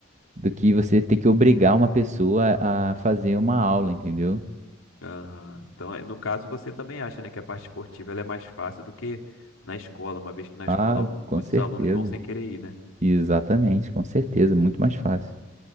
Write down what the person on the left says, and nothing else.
Aham. Então, é- no caso, você também acha, né, que a parte esportiva ela é mais fácil do que na escola, uma vez que na
escola muitos
alunos vão sem querer ir, né?